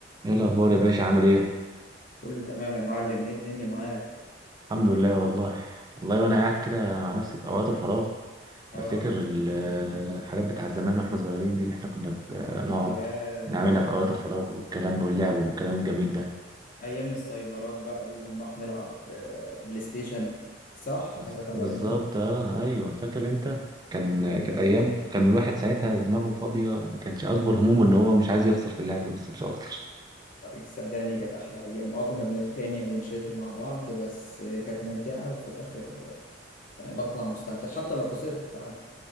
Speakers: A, on the right (about 20°); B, on the left (about 45°).
A: ايه الاخبار يا باشا عامل ايه
B: كله تمام يا معلم ايه الدنيا معاك
A: الحمد لله والله والله وانا قاعد كده مع نفسي في اوقات الفراغ
B: اه
A: بفتكر ال- الحاجات بتاعت زمان واحنا صغيرين دي اللي احنا كنا بنقعد
B: يا
A: نعملها في اوقات الفراغ والكلام واللعب والكلام الجميل ده
B: ايام السايبرات بقى ونروح نلعب آه، بلاي ستيشن صح
A: بز-
B: قصدك
A: بالظبط
B: على الايام دي
A: اه ايوه فاكر انت كان
B: يا
A: كانت ايام كان الواحد ساعتها دماغه فاضيه وما كانش اكبر همومه ان هو مش عايز يخسر في اللعب بس مش اكتر
B: صدقني كانت احلى ايام اه كنا بنتخانق ونشد مع بعض بس آه، كانت ممتعة وفي الاخر آه، يعني بطلع مستمتع حتى لو خسرت عادي